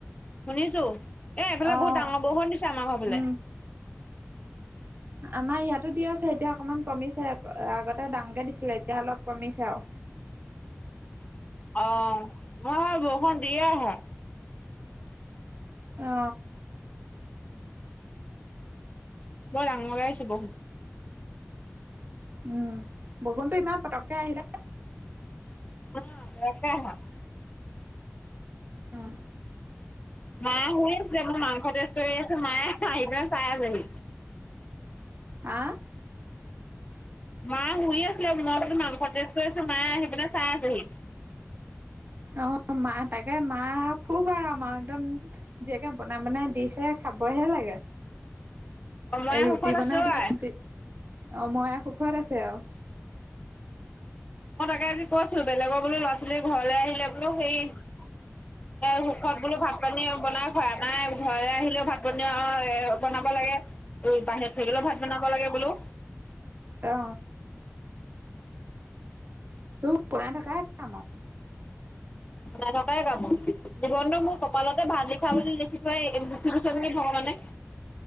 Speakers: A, on the left (about 25°); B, on the right (about 40°).
A: শুনিছো, এ এইফালে
B: অ',
A: বহুত ডাঙৰ বৰষুণ দিছে আমাৰ ঘৰ ফালে।
B: উম, আমাৰ ইয়াতো দি আছে এতিয়া অকমান কমিছে আগতে ডাঙকে দিছিলে এতিয়া অলপ কমিছে আও।
A: অ হয় হয় বৰষুণ দিয়ে আহে।
B: অ।
A: বৰ ডাঙৰকে আহিছে বৰষুণ।
B: উম বৰষুণটো ইমান পতককে আহিলে
A: <unintelligible>
B: অ।
A: মায়ে শুই আছে মই মাংস টেস্ত কৰি আছো মায়ে হাহি পেলাই চাই আছেহি।
B: আহ?
A: মায়ে শুই আছিলে, মই বোলো মাংস টেষ্ট কৰি আছো মায়ে আহি পিনে চাই আছেহি।
B: অ মা তাকে মা খুব আৰু মা একদম জীয়েকে বনাই বনাই দিছে। খাবহে লাগে।
A: মই
B: এ ৰুটি
A: সুখত
B: বনাই
A: আছো
B: দিয়ে,
A: আই
B: অময়া সুখত আছে আও।
A: মই তাকে আজি কৈছো বেলেগৰ বোলো ল'ৰা ছোৱালীৰ ঘৰলে আহিলে বোলো হেই এ সুখত বোলো ভাত পানী বনাই খোৱাই, আমাৰ এ ঘৰলে আহিলেও ভাত পানী অ বনাব লাগে। উম বাহিৰত থাকিলেও ভাত বনাব লাগে বোলো।
B: অ। তোৰ বনাই থকাই কাম আও।
A: বনাই থকাই কাম মোৰ, জীৱনটো মোৰ কপালতে ভাত লিখা বুলি লিখি থৈ লিখি গৈছে নেকি ভগৱানে?